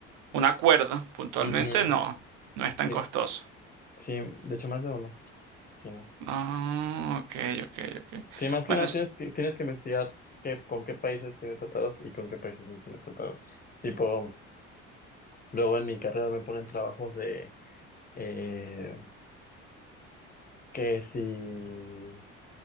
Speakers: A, on the right; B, on the left.
A: un acuerdo puntualmente,
B: Ujú,
A: no, no es tan
B: Sí,
A: costoso.
B: sí, de hecho más de uno tiene.
A: Ah, ok, ok, ok.
B: Sí, más que
A: Bueno,
B: nada
A: s-
B: tienes que, tienes que investigar qué, con qué países tiene tratados y con qué países no tiene tratados. Tipo, luego en mi carrera me ponen trabajos de eh, que si